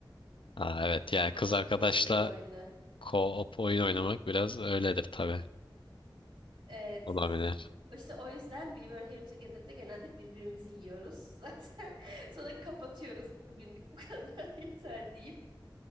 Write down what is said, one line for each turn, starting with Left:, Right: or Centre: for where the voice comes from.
Left: Ha, evet yani kız
Right: O çok
Left: arkadaşla
Right: keyifli bir oyundu.
Left: co-op oyun oynamak biraz öyledir tabii.
Right: Evet.
Left: Olabilir.
Right: İşte o yüzden We Were Here Together'da genelde birbirimizi yiyoruz <laughs> zaten. Sonra kapatıyoruz. Bugünlük bu kadar <laughs> yeter deyip.